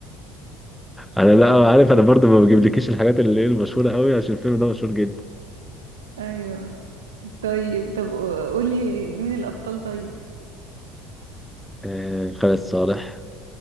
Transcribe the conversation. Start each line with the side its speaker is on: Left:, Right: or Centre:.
Centre: انا لا عارف انا برضو ما بجيبلكيش الحاجات اللي هي المشهوره قوي عشان الفيلم ده مشهور جدا
Right: ايوه طيب طب قولي مين الابطال طيب
Centre: آه خالد صالح